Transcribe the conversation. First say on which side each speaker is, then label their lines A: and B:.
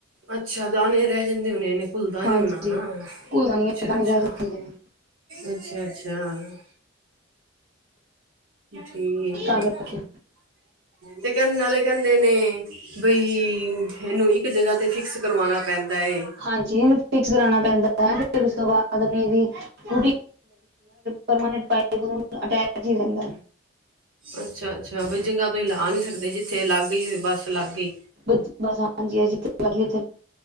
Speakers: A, on the right; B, on the right.
A: ਅੱਛਾ ਦਾਣੇ ਰਹਿ ਜਾਂਦੇ ਹੋਣੇ ਇਹਨੇ ਘੁੱਲਦਾ ਹੀ
B: ਹਾਂਜੀ
A: ਹੋਣਾ ਨਾ
B: ਘੁਲਦਾ ਨਹੀਂ
A: ਅੱਛਾ,
B: ਹੈ,
A: ਅੱਛਾ।
B: ਦਾਣੇ ਰਹਿ ਜਾਂਦੇ ਨੇ
A: ਅੱਛਾ, ਅੱਛਾ। ਠੀਕ।
B: ਤਾਂ ਕਰਕੇ
A: ਤੇ ਕਹਿਣ ਨਾਲੇ ਕਹਿੰਦੇ ਨੇ ਬਈ ਇਹਨੂੰ ਇੱਕ ਜ ਤੇ ਫਿਕਸ ਕਰਵਾਉਣਾ ਪੈਂਦਾ ਹੇ।
B: ਹਾਂਜੀ ਇਹਨੂੰ ਫਿਕਸ ਕਰਾਉਣਾ ਪੈਂਦਾ ਹੈ ਫਿਰ ਉਸ ਤੋਂ ਬਾਅਦ ਆਪਣੀ ਇਹਦੀ ਸਕੂ ਪਰਮਾਨੰਦ ਪਾਇਆ ਕਰੋ ਅਟੈਚ ਹੀ ਰਹਿੰਦਾ।
A: ਅੱਛਾ, ਅੱਛਾ ਬ ਜਗਾ ਤੁਸੀਂ ਹੀਲਾ ਨਹੀਂ ਸਕਦੇ ਜਿੱਥੇ ਲੱਗ ਗਈ ਬੱਸ ਲੱਗ ਗਈ।
B: ਬੱਚ ਬਸ ਹਾਂਜੀ ਅ